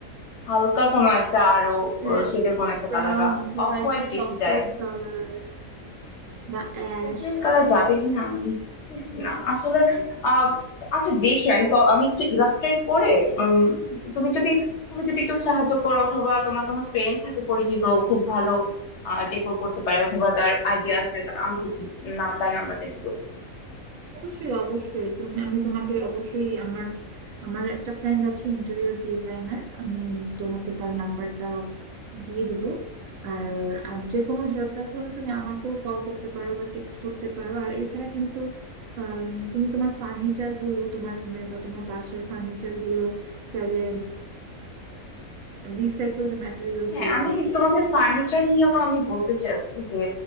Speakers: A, on the left; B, on the right.
A: হালকা কোনো একটা আরো
B: হ্যাঁ
A: শেডের কোনো একটা
B: ব্রাউন
A: কালার বা
B: অথবা
A: অফ হোয়াইট
B: একটু চকলেট
A: বেশি যায়
B: কালার বা অ্যাশ
A: চকলেট কালার যাবে কিনা আমি বুঝতেছি না আসলে আহ আচ্ছা দেখি আমি ক- আমি একটু ইলাস্ট্রেট করে উম, তুমি যদি তুমি যদি একটু সাহায্য করো অথবা তোমার কোনো ফ্রেন্ড থাকে পরিচিত খুব ভালো আহ যে কো- করতে পারে অথবা তার আইডিয়া আছে তা আমাকে একটু নাম তার নাম্বারটা দিও
B: অবশ্যই অবশ্যই তুমি আমি তোমাকে অবশ্যই আমার আমার একটা ফ্রেন্ড আছে ইন্টেরিয়র ডিজাইনার আমি তোমাকে তার নাম্বারটা দিয়ে দিব আর আর যে কোনো হেল্প দরকার হলে তুমি আমাকেও কল করতে পারো বা টেক্সট করতে পারো আর এছাড়া কিন্তু আম, তুমি তোমার ফার্নিচার গুলো তোমার রুমের বা তোমার বাসার ফার্নিচার গুলো চাইলে রিসাইকেলড ম্যাটেরিয়ালস
A: হ্যাঁ
B: দিয়ে
A: আমি
B: করতে
A: তোমাকে
B: পারো
A: ফার্নিচার নিয়েও আমি বলতে চাচ্ছি যে